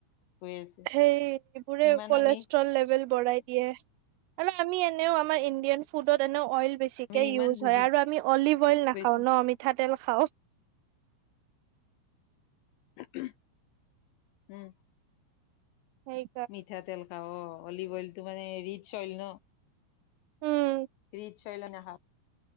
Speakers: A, on the left; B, on the right.
A: হৈ আছে
B: সেইবোৰে
A: ইমান
B: কলেষ্ট্ৰল
A: আমি
B: লেভেল বঢ়াই দিয়ে। আৰু আমি এনেও আমাৰ ইণ্ডিয়ান ফুডত এনেও অইল বেছ বেছিকে
A: আমি ইমান
B: ইউজ
A: বুজি
B: হয় আৰু আমি অলিভ অইল নাখাও
A: পাইছো
B: ন মিঠাতেল খাওঁ।
A: <unintelligible> উম
B: সেই
A: মিঠাতেল খাব অ অলিভ অইলটো মানে ৰিচ অইল ন।
B: উম
A: ৰিছ অইলে নখাওঁ